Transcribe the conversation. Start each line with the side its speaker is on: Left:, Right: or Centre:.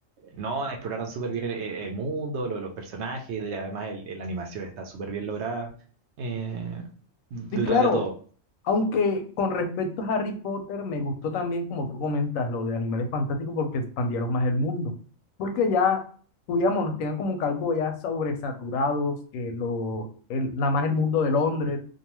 Right: no, exploraron súper bien el, el mundo, lo- los personajes, de- además el- el- la animación está súper bien lograda eh, detrás
Left: Sí, claro,
Right: de todo.
Left: aunque con respecto a Harry Potter, me gustó también, como tú comentas, lo de Animales Fantásticos, porque expandieron más el mundo. Porque ya, digamos, nos tenían como que algo ya sobresaturados, que lo, el- nada más el mundo de Londres,